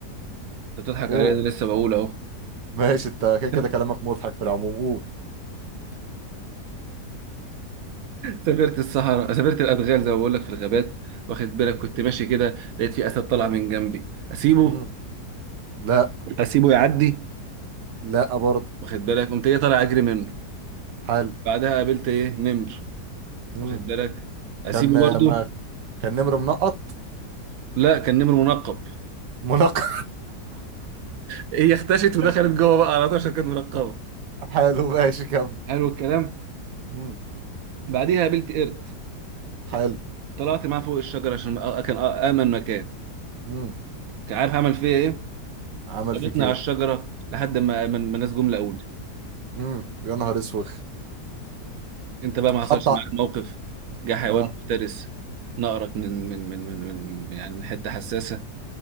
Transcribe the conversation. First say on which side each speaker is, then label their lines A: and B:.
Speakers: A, on the right (about 70°); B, on the right (about 80°).
A: بتضحك
B: اوه
A: عليا أنا لسه بقول اهو
B: ماشي انت كده كده
A: <laughs>
B: كلامك مضحك في العموم اوه
A: سافرت الصحراء سافرت الادغال زي ما بقول لك في الغابات واخد بالك
B: مم.
A: كنت ماشي كده لقيت في اسد طلع من جنبي اسيبه
B: مم. لا
A: اسيبه يعدي
B: لا برضه
A: واخد بالك قمت ايه طالع اجري منه
B: حلو
A: بعدها قابلت ايه نمر
B: مم.
A: واخد بالك اسيبه
B: كان
A: برضه
B: ما كان نمر منقط
A: لا كان نمر منقب
B: منقط
A: <laughs> هي اختشت ودخلت
B: <laughs>
A: جوه بقى على طول عشان كانت منقبه
B: حلو ماشي كمل
A: حلو الكلام
B: مم.
A: بعديها قابلت قرد
B: حلو
A: طلعت معاه فوق الشجره عشان أ- كان أ- امن مكان
B: مم.
A: كان عارف عمل فيا ايه
B: عمل
A: ربطني
B: فيك ايه
A: على الشجره لحد ما ما الناس جم لقوني
B: مم. يا نهار اسوخ
A: انت بقى ما حصلش
B: حط
A: معاك
B: ع-
A: موقف جه حيوان
B: اه
A: مفترس نقرك من من من من, من من- يعني من حته حساسه